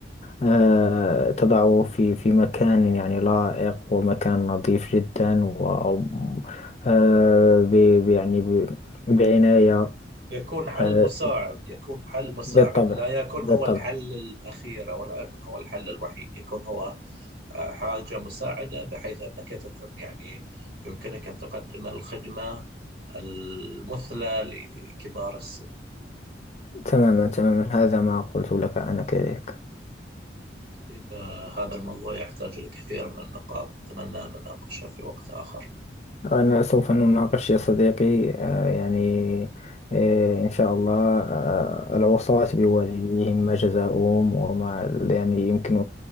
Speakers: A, on the left (about 40°); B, on the right (about 80°).
A: آه، تضعه في في مكان يعني لائق ومكان نظيف جدا و آه، ب- ب- يعني ب- بعناية
B: يكون حل
A: آه،
B: مساعد يكون حل مساعد
A: بالطبع
B: لا يكون
A: بالطبع
B: هو الحل الأخير ولا يكون هو الحل الوحيد يكون هو آه، حاجة مساعدة بحيث أنك تت- يعني يمكنك أن تقدم الخدمة المثلى لكبار السن
A: تماما تماما هذا ما قلت لك أنا كذلك
B: إذا هذا الموضوع يحتاج لكثير من النقاط نتمنى أن نناقشها في وقت آخر
A: أنا سوف نناقش يا صديقي آه، يعني آه، إن شاء الله آه، العصاة بوالديهم ما جزاؤهم وما يعني يمكن